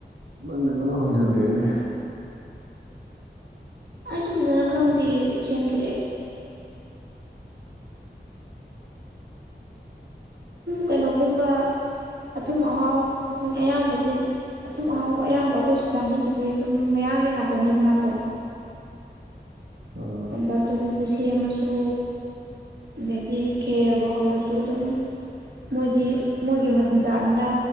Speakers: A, on the right (about 85°); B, on the right (about 60°).
A: ꯅꯪꯅ ꯑꯩꯉꯣꯟꯗ ꯍꯪꯖꯤꯜꯂꯛꯑꯦꯅꯦ
B: ꯑꯩꯁꯨ ꯐꯖꯅ ꯈꯪꯗꯦ ꯁꯦꯝꯗ꯭ꯔꯦ ꯀꯩꯅꯣꯒꯨꯝꯕ ꯑꯊꯨꯝ ꯑꯍꯥꯎ ꯑꯌꯥꯝꯕꯁꯤ ꯑꯊꯨꯝ ꯑꯍꯥꯎ ꯑꯌꯥꯝꯕ ꯑꯩꯈꯣꯏ ꯁꯤ ꯆꯥꯅꯤꯡꯁꯤꯗꯤ ꯑꯗꯨꯝ ꯃꯌꯥꯡꯒꯤ ꯉꯥꯛꯇꯅꯤꯗꯅꯀꯣ
A: ꯑꯥ
B: ꯝꯕ ꯇꯨꯕꯨ ꯁꯦꯝꯃꯁꯨ ꯑꯗꯩꯗꯤ ꯈꯦꯔꯕꯨ ꯍꯧꯔꯁꯨ ꯑꯗꯨꯝ ꯃꯣꯏꯗꯤ ꯃꯣꯏꯒꯤ ꯃꯆꯤꯟꯖꯥꯛꯅꯤꯅ